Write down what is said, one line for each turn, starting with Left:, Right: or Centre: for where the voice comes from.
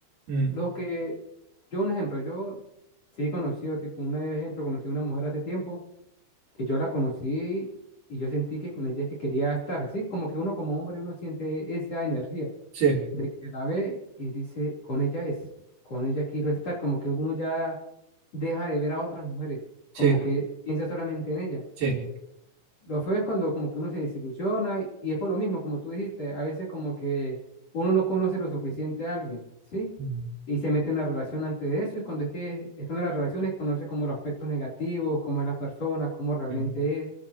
Right: Mm,
Left: Lo que, yo un ejemplo, yo sí he conocido, tipo, un ejemplo, conocí a una mujer hace tiempo que yo la conocí y yo sentí que con ella es que quería estar, ¿sí? Como que uno como hombre, uno siente esa energía
Right: sí,
Left: de que la ve y dice, con ella es, con ella quiero estar, como que uno ya deja de ver a otras mujeres, como
Right: sí,
Left: que piensa solamente en ella.
Right: sí.
Left: Lo feo es cuando como que uno se desilusiona y y es por lo mismo, como tú dijiste, a veces como que uno no conoce lo suficiente a alguien, ¿sí?
Right: Mm,
Left: Y se mete en una relación antes de eso y cuando es que están en las relaciones conoce como los aspectos negativos, cómo es la persona, cómo realmente
Right: mm,
Left: es,